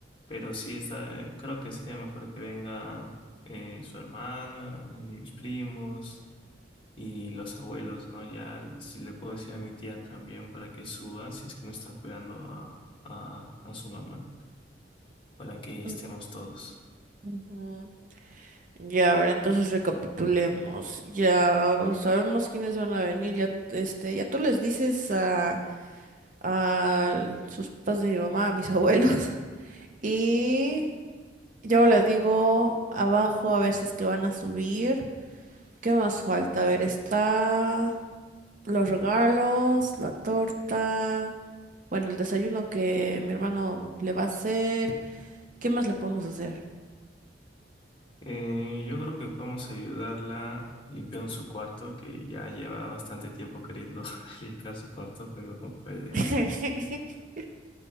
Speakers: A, on the left (about 30°); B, on the right (about 45°).
A: pero sí, está, eh, creo que sería mejor que venga eh, su hermana, mis primos y los abuelos, ¿no? Ya si le puedo decir a mi tía también para que suba, si es que no está cuidando a, a, a su mamá, para que estemos
B: Mm,
A: todos.
B: Ujú. Ya, a ver, entonces recapitulemos. Ya sabemos quiénes van a venir. Ya, este, ya tú les dices a, a sus papás de mi mamá, a mis abuelos. <laughs> Y yo le digo abajo a ver si es que van a subir. ¿Qué más falta? A ver, está los regalos, la torta, bueno, el desayuno que mi hermano le va a hacer. ¿Qué más le podemos hacer?
A: Eh, yo creo que podemos ayudarla limpiando su cuarto, que ya lleva bastante tiempo queriendo <laughs> limpiar su cuarto, pero no puede.
B: <laughs>